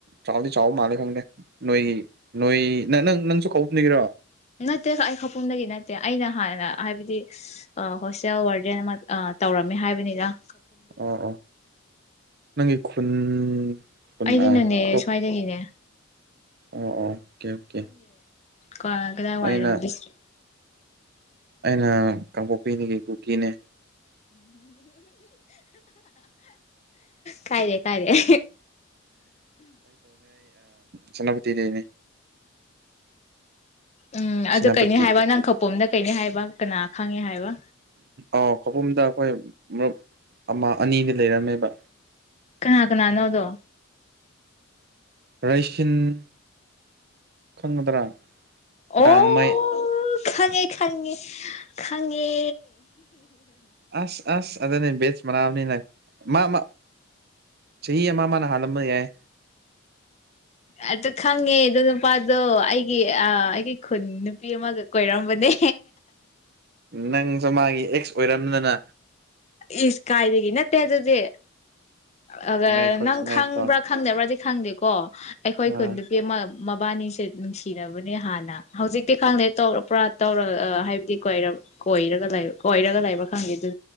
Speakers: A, on the right (about 50°); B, on the left (about 35°).
A: ꯆꯥꯎꯗꯤ ꯆꯥꯎꯕ ꯃꯥꯜꯂꯦ ꯈꯪꯗꯦ ꯅꯣꯏꯒꯤ ꯅꯣꯏ ꯅ ꯅꯪ ꯅꯪꯁꯨ ꯀꯄꯨꯝꯅꯤꯒꯤꯔꯣ
B: ꯅꯠꯇꯦ ꯑꯩ ꯈꯄꯐꯝꯗꯒꯤ ꯅꯠꯇꯦ ꯑꯩꯅ ꯍꯥꯟꯅꯅ ꯍꯥꯏꯕꯗꯤ ꯍꯣꯁꯇꯦꯜ ꯋꯥꯔꯗꯦꯟ ꯑꯃ ꯇꯧꯔꯝꯃꯦ ꯍꯥꯏꯕꯅꯤꯅ
A: ꯑꯣ ꯑꯣ ꯅꯪꯒꯤ ꯈꯨꯟ ꯈꯨꯟ
B: ꯑꯩꯗꯤ
A: ꯑꯥ
B: ꯅꯅꯦ
A: ꯈꯨꯟꯇꯣꯛ
B: ꯁ꯭ꯋꯥꯏꯗꯗꯒꯤꯅꯦ
A: ꯑꯣ ꯑꯣ ꯑꯣꯀꯦ ꯑꯣꯀꯦ
B: ꯀ ꯀ ꯋꯥꯏ
A: ꯑꯩꯅ
B: ꯑꯣꯏꯦ
A: ꯑꯩꯅ ꯀꯥꯡꯄꯣꯛꯄꯤꯅꯤꯒꯤ ꯀꯨꯀꯤꯅꯦ
B: <inaudible> ꯀꯥꯏꯔꯤꯦ ꯀꯥꯏꯔꯦꯦ
A: ꯆꯟꯅꯄꯇꯤꯗꯦꯅꯦ
B: ꯎꯝ
A: ꯁꯦꯅꯥꯄꯇꯤ
B: ꯑ ꯀꯩꯩꯅ ꯍꯥꯏꯕ ꯅꯪ ꯄꯣꯝꯗ ꯀꯩꯅꯤ ꯍꯥꯏꯕ ꯀꯅꯥ ꯈꯪꯉꯦ ꯍꯥꯏꯕ
A: ꯑ ꯀꯣꯕꯨꯝꯗ ꯑꯩꯈꯣꯏ ꯃꯔꯨꯞ ꯑꯃ ꯑꯅꯤꯗꯤ ꯂꯩꯔꯝꯃꯦꯕ
B: ꯀꯅꯥ ꯀꯅꯥꯅꯣꯗꯣ
A: ꯔꯩꯁꯤꯟ ꯈꯪꯒꯗ꯭ꯔꯥ
B: ꯑꯣ
A: ꯗꯥꯡꯃꯥꯏ
B: ꯈꯪꯉꯦ ꯈꯪꯉꯦ ꯈꯪꯉꯦ
A: ꯑꯁ ꯑꯁ ꯑꯗꯨꯅꯦ ꯕꯦꯁ ꯃꯅꯥꯕꯅꯤꯅ ꯃꯥ ꯃꯥ ꯆꯍꯤ ꯑꯃ ꯃꯥ ꯃꯥꯅ ꯍꯥꯜꯂꯝꯕ ꯌꯥꯏ
B: ꯑꯗꯨ ꯈꯪꯉꯦ ꯑꯗꯣ ꯅꯨꯄꯥꯗꯣ ꯑꯩꯒꯤ ꯑꯩꯒꯤ ꯈꯨꯟ ꯅꯨꯄꯤ ꯑꯃꯒ ꯀꯣꯏꯔꯝꯕꯅꯦ
A: ꯅꯪꯁꯨ ꯃꯥꯒꯤ ꯑꯦꯛꯁ ꯑꯣꯏꯔꯝꯗꯅ
B: ꯏꯁ ꯀꯥꯏꯗꯗꯒꯤ ꯏꯅꯠꯇꯦꯗꯗꯦ ꯑ
A: ꯆꯤꯡꯅꯩꯀꯣ
B: ꯅꯪ
A: ꯆꯤꯡꯅꯩꯀꯣ
B: ꯈꯪꯕ꯭ꯔꯥ ꯈꯪꯅꯦꯕ꯭ꯔꯥ ꯁꯪꯗꯦꯀꯣ ꯑꯩꯈꯣꯏ
A: ꯑꯥ
B: ꯈꯨꯟ ꯅꯨꯄꯤ ꯑꯃ ꯃꯕꯥꯅꯤꯁꯦ ꯅꯨꯡꯁꯤꯅꯕꯅꯦ ꯍꯥꯟꯅ ꯍꯧꯖꯤꯛꯇꯤ ꯈꯪꯗꯦ ꯇꯧꯔ ꯄꯨ꯭ꯔꯥ ꯇꯧꯔ ꯍꯥꯏꯕꯗꯤ ꯀꯣꯏ ꯀꯣꯏꯔꯒ ꯀꯣꯏꯔꯒ ꯂꯩꯕ ꯈꯪꯗꯦ ꯑꯗꯨ